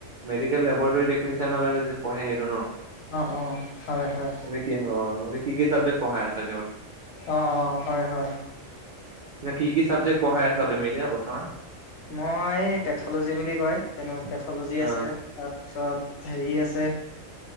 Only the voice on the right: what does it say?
মেডিকেল লেবৰেটৰী টেকনিচিয়ান কাৰণে যিটো পঢ়ে সেইটো ন
মানে কি অ মানে কি কি চাবজেক্ট পঢ়াই আছা এতিয়া
কি কি চাবজেক্ট পঢ়াই আছা তুমি এতিয়া বৰ্তমান
অ'